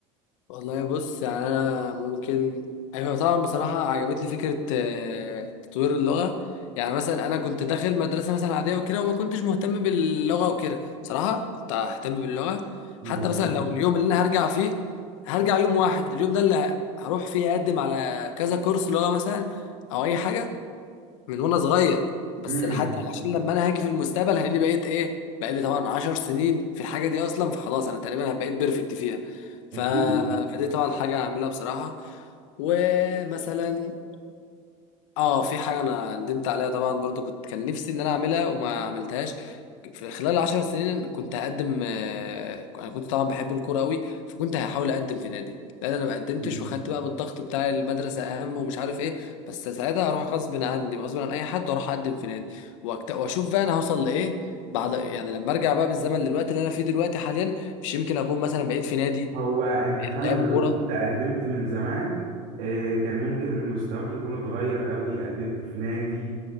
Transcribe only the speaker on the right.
بالظبط
امم
اكيد
مم.
هو انت فعلا
لو
كنت قدمت من زمان آه، كان ممكن مستواك يكون اتغير قوي قدمت في نادي